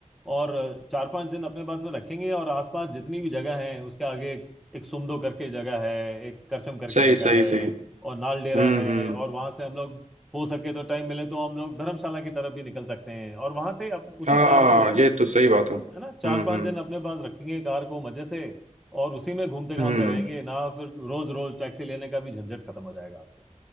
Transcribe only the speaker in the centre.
और चार पांच दिन अपने पास में रखेंगे और आसपास जितनी भी जगह है उसके आगे एक सुमदो करके जगह है एक करसम करके
जगह
है
और नाल
डेरा है
और वहां से हम लोग हो सके तो टाइम मिले तो हम लोग धर्मशाला की तरफ भी निकल सकते हैं और वहां से अप, उसी
कार को लेके
है ना चार पांच
दिन अपने पास रखेंगे कार को मजे से और उसी में घूमते घामते
रहेंगे ना फिर रोज रोज टैक्सी लेने का भी झंझट खत्म हो जाएगा उससे